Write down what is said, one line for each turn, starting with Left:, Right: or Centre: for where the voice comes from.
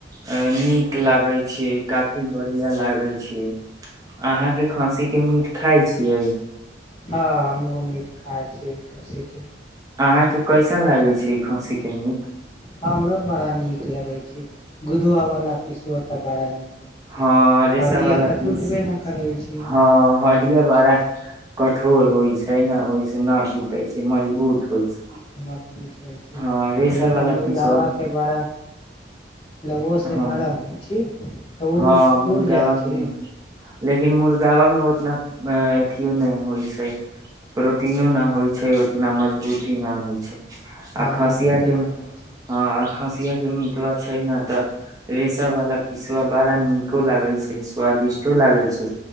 Right: नीक लाग लगे छीे काफी बढ़िया लागे छै अहाँ के खसी के मीट खाइ छियै
Left: हँ हम मीठ खााय छी खसी के
Right: अहाँके कैसन लागैत छै ई खस्सीके मीट
Left: हमरो बड़ा नीक लगैत छै गुदुआवला पिसुो तऽ बड़ा नीक
Right: हँ रेसा
Left: हड्डीया
Right: वाला
Left: तऽ
Right: पीस
Left: टूटबे नहि करै छै
Right: हँ हड्डिया बड़ा कठोर होइ छै ने ओहिसँ ना टूटे छै मजबूत होइ छै
Left: मजबूत होइ छै
Right: हँ रेसा वाला
Left: मुर्गावा
Right: पीसवा
Left: के बड़ा लवोसँ
Right: हँ
Left: नरम होइ छै तऽ उ
Right: हँ मुर्गवा
Left: टूट जाय छै
Right: के नहि लेकिन मुर्गावा मे उतना अ अथिियो नहि होइ छै प्रोटीनो न होइ छै उतना मजबूती नहि होइ छै
Left: हां
Right: आ खसिया
Left: मजबूते
Right: के
Left: ना होय छै
Right: हँ आ खसिय के मिटवा छै ने तऽ रेशा वाला ई सबव बड़ा नीको लागे छै स्वादिष्टो लागे छै